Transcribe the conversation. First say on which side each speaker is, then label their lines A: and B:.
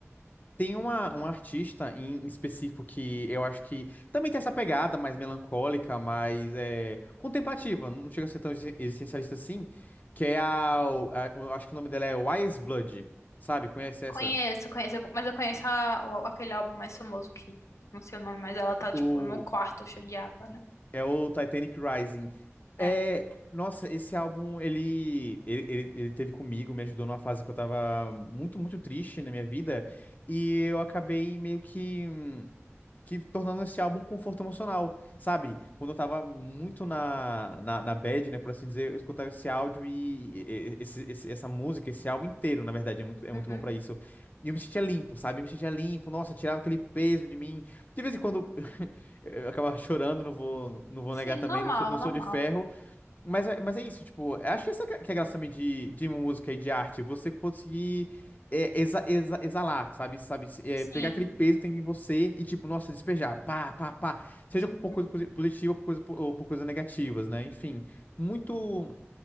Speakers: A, on the left; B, on the left.
A: Tem uma, um artista em específico que eu acho que também tem essa pegada mais melancólica, mais é, contemplativa, não chega a ser tão exi- existencialista assim, que é a, o- a- eu Acho que o nome dela é Wise Blood, sabe? Conhece essa?
B: Conheço, conheço, mas eu conheço a- o- aquele álbum mais famoso que não sei o nome, mas ela tá, tipo,
A: O,
B: num quarto cheio de água, né?
A: é o Titanic Rising.
B: É.
A: É, nossa, esse álbum, ele, ele, ele, ele teve comigo, me ajudou numa fase que eu tava muito, muito triste na minha vida, e eu acabei meio que. hum, que tornando esse álbum um conforto emocional, sabe? Quando eu tava muito na, na, na bad, né, por assim dizer, eu escutava esse áudio e, e- e- esse, esse- essa música, esse álbum inteiro, na verdade, é muito, é
B: Uhum.
A: muito bom pra isso. E eu me sentia limpo, sabe? Eu me sentia limpo, nossa, tirava aquele peso de mim. De vez em quando <laughs> eu acabava chorando, não vou, não vou
B: Sim,
A: negar também,
B: normal,
A: não sou, não sou
B: normal.
A: de ferro, mas, é- mas é isso, tipo, eu acho que essa que é é a graça também de, de música e de arte, você conseguir é, exa- exa- exalar, sabe? Sabe? Se- é,
B: Sim,
A: pegar aquele peso que tem em você e, tipo, nossa, despejar, pá, pá, pá. Seja
B: sim,
A: por coisa coisa positiva ou por coisa, ou por coisas negativas, né? Enfim, muito,